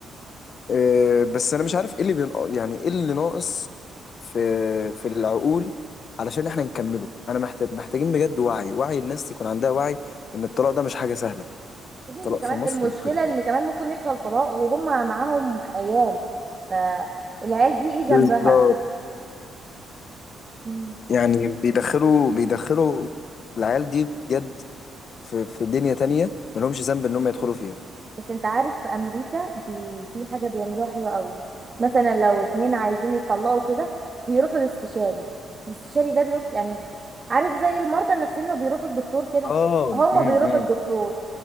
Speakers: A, on the left (about 55°); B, on the right (about 30°).
A: أه بس انا مش عارف ايه اللي بين يعني ايه اللي ناقص في في العقول علشان احنا نكمله انا محتاج محتاجين بجد وعي وعي الناس يكون عندها وعي ان الطلاق ده مش حاجه سهله
B: يا ابني
A: الطلاق
B: دي كمان
A: في مصر
B: المشكلة
A: مش حاجه سهلة.
B: ان كمان ممكن يحصل طلاق وهم معاهم عيال فالعيال دي ايه ذنبها
A: بالظبط
B: مم.
A: يعني بيدخلوا بيدخلوا العيال دي بجد في في دنيا تانية ملهمش ذنب ان هم يدخلوا فيها
B: بس انت عارف في امريكا بي... في حاجة بيعملوها حلوة قوي مثلا لو اتنين عايزين يتطلقوا كده بيروحوا الاستشاري الاستشاري ده بيقول يعني عارف زي المرضى النفسيين اللي بيروحوا الدكتور كده
A: اه
B: هما
A: امم
B: بيروحوا
A: إمم.
B: الدكتور